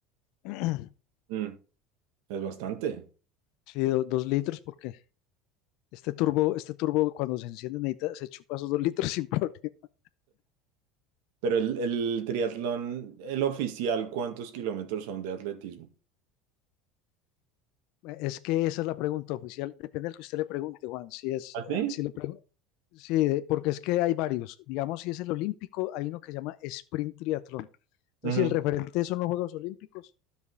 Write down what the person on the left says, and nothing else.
<clears throat>
sí, do- dos litros, porque este turbo, este turbo cuando se enciende necesita, se chupa esos dos litros <laughs> sin problema.
Es que esa es la pregunta oficial, depende del que usted le pregunte, Juan, si es,
ah, si le
pregun- Sí, eh, porque es que hay varios. Digamos, si es el olímpico, hay uno que se llama sprint triatlón. Entonces,
si el referente son los Juegos Olímpicos,